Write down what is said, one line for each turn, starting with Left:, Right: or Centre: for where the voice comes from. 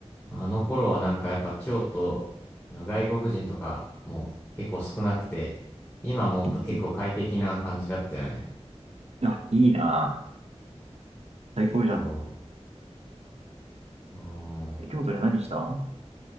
Left: あの頃はなんかやっぱ京都、あの外国人とかも結構少なくて、今思うと結構快適な感じだったよね。
Right: うんうん。あ、いいなあ。最高じゃん。
Left: そう。うん。
Right: え、京都で何したあ、